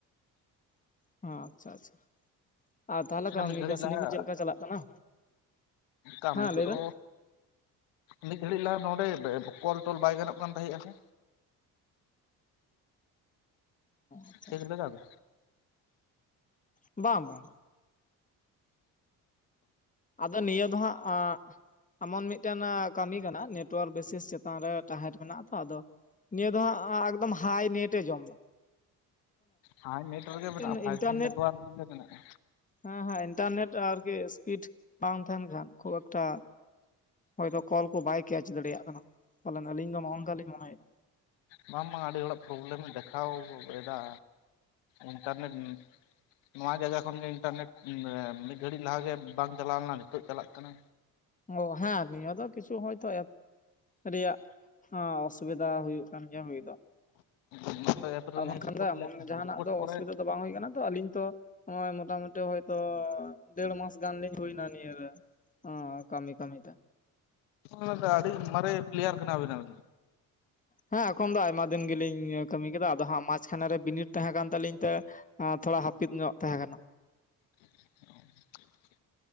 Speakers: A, on the left (about 15°); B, on the left (about 75°).
A: ᱦᱚᱸ ᱟᱪᱪᱷᱟ ᱟᱪᱪᱷᱟ᱾ ᱟᱨ ᱛᱟᱦᱚᱞᱮ ᱠᱟᱹᱢᱤ
B: ᱢᱤᱫ ᱜᱷᱟᱹᱲᱤᱡ
A: ᱠᱟᱹᱥᱱᱤ
B: ᱞᱟᱦᱟ
A: ᱠᱚ ᱪᱮᱫ ᱞᱮᱠᱟ ᱪᱟᱞᱟᱜ ᱠᱟᱱᱟ᱾
B: ᱠᱟᱹᱢᱤ
A: ᱦᱮᱸ
B: ᱠᱚᱫᱚ
A: ᱞᱟᱹᱭ ᱵᱮᱱ᱾
B: ᱢᱤᱫ ᱜᱷᱟᱹᱲᱤᱡ ᱞᱟᱦᱟ ᱱᱚᱰᱮ ᱠᱚᱞ ᱴᱚᱞ ᱵᱟᱭ ᱜᱟᱱᱚᱜ ᱠᱟᱱ ᱛᱟᱦᱮᱜ-ᱟ ᱥᱮ᱾
A: ᱟᱪᱪᱷᱟ
B: ᱪᱮᱠ
A: ᱟᱪᱪᱷᱟ
B: ᱞᱮᱫᱟ ᱵᱤᱱ᱾
A: ᱵᱟᱝ ᱵᱟᱝ ᱟᱫᱚ ᱱᱤᱭᱟᱹ ᱫᱚ ᱦᱟᱜ <unintelligible> ᱮᱢᱚᱱ ᱢᱤᱫᱴᱮᱱ ᱠᱟᱹᱢᱤ ᱠᱟᱱᱟ ᱱᱮᱴᱣᱟᱨᱠ ᱵᱮᱥᱮᱥ ᱪᱮᱛᱟᱱ ᱨᱮ ᱛᱟᱦᱮᱴ ᱢᱮᱱᱟᱜ-ᱟ ᱛᱚ ᱟᱫᱚ ᱱᱤᱭᱟᱹ ᱫᱚ ᱦᱟᱸᱜ ᱮᱠᱫᱚᱢ ᱦᱟᱭ ᱱᱮᱴ ᱮ ᱡᱚᱢ ᱫᱟ
B: ᱦᱟᱭ ᱱᱮᱴ ᱨᱮᱜᱮ
A: ᱢᱤᱫᱴᱮᱱ
B: ᱢᱮᱱᱟᱜ-ᱟ ᱯᱷᱟᱭᱤᱵᱼᱡᱤ
A: ᱤᱱᱴᱟᱨᱱᱮᱴ
B: ᱱᱮᱴᱳᱣᱟᱨᱠ ᱨᱮᱜᱮ ᱢᱮᱱᱟᱜ-ᱟ᱾
A: ᱦᱮᱸ ᱦᱮᱸ ᱤᱱᱴᱟᱨᱱᱮᱴ ᱟᱨᱠᱤ ᱥᱯᱤᱰ ᱵᱟᱝ ᱛᱟᱦᱮᱱ ᱠᱷᱟᱱ ᱠᱷᱩᱵ ᱮᱠᱴᱟ ᱦᱚᱭᱛᱚ ᱠᱚᱞ ᱠᱚ ᱵᱟᱭ ᱠᱮᱪ ᱫᱟᱲᱮᱭᱟᱜ ᱠᱟᱱᱟ ᱯᱟᱞᱮᱱ ᱟᱞᱤᱧ ᱫᱚ ᱱᱚᱜ-ᱚ ᱱᱚᱝᱠᱟ ᱞᱤᱧ ᱢᱚᱱᱮᱭᱮᱫᱟ᱾
B: ᱵᱟᱝ ᱵᱟᱝ ᱟᱹᱰᱤ ᱦᱚᱲᱟᱜ ᱯᱨᱚᱵᱞᱮᱢᱮ ᱫᱮᱠᱷᱟᱣ ᱮᱫᱟ ᱤᱱᱴᱟᱨᱱᱮᱴ ᱱᱚᱣᱟ ᱡᱟᱭᱜᱟ ᱠᱷᱚᱱᱜᱮ ᱤᱱᱴᱟᱨᱱᱮᱴ ᱢᱤᱫ ᱜᱷᱟᱹᱲᱤᱡ ᱞᱟᱦᱟ ᱜᱮ ᱵᱟᱝ ᱪᱟᱞᱟᱣ ᱞᱮᱱᱟ ᱱᱤᱛᱚᱜ ᱪᱟᱞᱟᱜ ᱠᱟᱱᱟ᱾
A: ᱚ ᱦᱮᱸ ᱱᱤᱭᱟᱹ ᱫᱚ ᱠᱤᱪᱷᱩ ᱦᱚᱭᱛᱚ ᱮᱯ ᱨᱮᱭᱟᱜ ᱚᱥᱵᱤᱫᱟ ᱦᱩᱭᱩᱜ ᱠᱟᱱᱟ᱾ ᱦᱮᱸ ᱦᱩᱭᱫᱟ
B: <unintelligible>
A: ᱟᱨ ᱵᱟᱝᱠᱷᱟᱱ
B: ᱨᱤᱯᱳᱨᱴ
A: ᱫᱚ ᱮᱢᱚᱱ
B: ᱞᱮᱫ ᱛᱟᱦᱮᱸᱫ
A: ᱡᱟᱦᱟᱱᱟᱜ
B: ᱨᱤᱯᱳᱨᱴ
A: ᱫᱚ
B: ᱯᱚᱨᱮ
A: ᱚᱥᱵᱤᱫᱟ ᱫᱚ ᱵᱟᱝ ᱦᱩᱭ ᱠᱟᱱᱟ ᱛᱚ ᱟᱹᱞᱤᱧ ᱛᱚ ᱱᱚᱜ-ᱚᱭ ᱢᱚᱴᱟ ᱢᱩᱴᱤ ᱦᱚᱭᱛᱚ ᱰᱮᱲ ᱢᱟᱥ ᱜᱟᱱ ᱞᱤᱧ ᱦᱩᱭᱱᱟ ᱱᱤᱭᱟᱹ ᱨᱮ᱾ ᱚᱻ ᱠᱟᱹᱢᱤ ᱠᱟᱹᱢᱤ ᱛᱮ᱾
B: ᱚᱱᱮ ᱫᱚ ᱟᱹᱰᱤ ᱢᱟᱨᱮ ᱯᱞᱮᱭᱟᱨ ᱠᱟᱱᱟ ᱵᱤᱱ ᱟᱵᱤᱱ ᱟᱵᱤᱱ
A: ᱦᱮᱸ ᱮᱠᱷᱚᱱ ᱫᱚ ᱟᱭᱢᱟ ᱫᱤᱱ ᱜᱮᱞᱤᱧ ᱠᱟᱹᱢᱤ ᱠᱮᱫᱟ ᱟᱫᱚ ᱦᱟᱸᱜ ᱢᱟᱡ ᱠᱷᱟᱱᱮ ᱨᱮ ᱵᱤᱱᱤᱴ ᱛᱟᱦᱮᱸ ᱠᱟᱱ ᱛᱟᱞᱤᱧ ᱛᱮ ᱛᱷᱚᱲᱟ ᱦᱟᱯᱤᱫ ᱧᱚᱜ ᱛᱟᱦᱮᱸ ᱠᱟᱱᱟ᱾
B: <unintelligible>